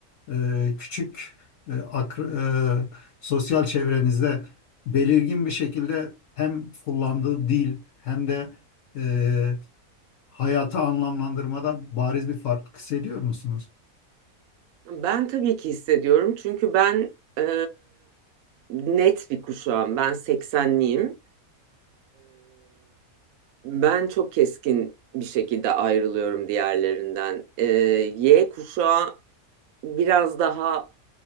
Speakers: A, on the left; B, on the right.
A: e, küçük e, akr- e, sosyal çevrenizde belirgin bir şekilde hem kullandığı dil hem de e, hayatı anlamlandırmada bariz bir fark hissediyor musunuz?
B: Ben tabii ki hissediyorum çünkü ben e, net bir kuşağım. Ben 80'liyim. Ben çok keskin bir şekilde ayrılıyorum diğerlerinden. Ee, Y kuşağı biraz daha